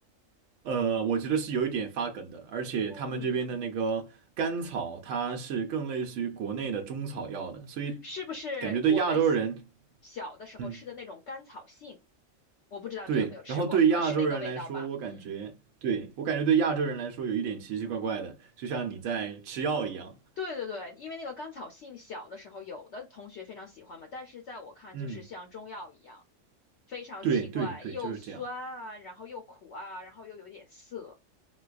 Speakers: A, on the right; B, on the left.
A: 呃，我觉得是有一点发梗的，而且他们这边的那个甘草，
B: 嗯，
A: 它是更类似于国内的中草药的，所以
B: 是不是我们小
A: 感觉对亚洲人，
B: 小的时候吃的那种甘草杏？
A: 嗯，
B: 我不知道你有没有吃过，
A: 对，然后对亚洲人来说，
B: 呃，是那个味道吧？
A: 我感觉，
B: 嗯，
A: 对，我感觉对亚洲人来说有一点奇奇怪怪的，就像你在吃药一样，
B: 对对对，因为那个甘草杏小的时候有的同学非常喜欢嘛，但是在我看就是像中药一样，
A: 嗯，
B: 非常奇怪，
A: 对对对，
B: 又酸啊，
A: 就是这样。
B: 然后又苦啊，然后又有点涩。